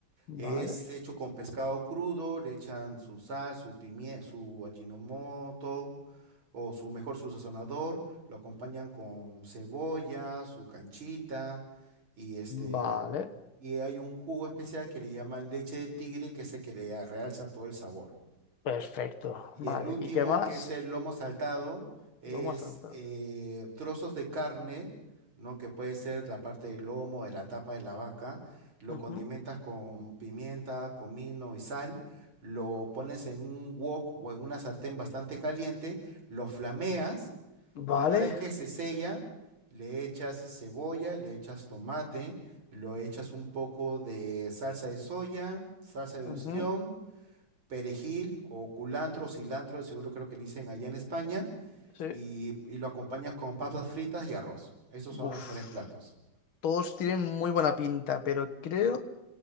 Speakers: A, on the left; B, on the right.
A: vale,
B: Es hecho con pescado crudo, le echan su sal, su pimienta, su ajinomoto o su mejor su sazonador, lo acompañan con cebolla, su canchita y este
A: vale,
B: y hay un jugo especial que le llaman leche de tigre que es el que le realza todo el sabor.
A: perfecto.
B: Y
A: Vale,
B: el último,
A: ¿y qué más?
B: que es el lomo saltado, es
A: Lo hemos saltado.
B: eh, trozos de carne, ¿no? Que puede ser la parte del lomo, de la tapa de la vaca. Lo
A: Ujú.
B: condimentas con pimienta, comino y sal. Lo pones en un wok o en una sartén bastante caliente. Lo flameas
A: Vale,
B: y una vez que se sella, le echas cebolla, le echas tomate, lo echas un poco de salsa de soya, salsa de
A: ujú,
B: ostión perejil o culantro, cilantro, de seguro creo que dicen allá en España,
A: sí.
B: y, y lo acompañas con papas fritas y arroz. Esos son
A: Uf.
B: los tres platos.
A: Todos tienen muy buena pinta, pero creo